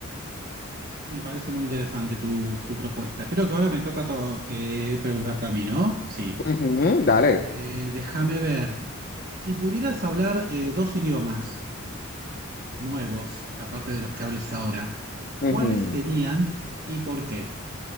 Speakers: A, on the right; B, on the left.
A: Me parece muy interesante tu, tu propuesta. Creo que ahora me toca to- eh, preguntarte a mí, ¿no? Sí.
B: Ujú, dale.
A: Eh, déjame ver. Si pudieras hablar eh, dos idiomas nuevos, aparte de los que hables ahora,
B: Ujú.
A: ¿cuáles serían y por qué?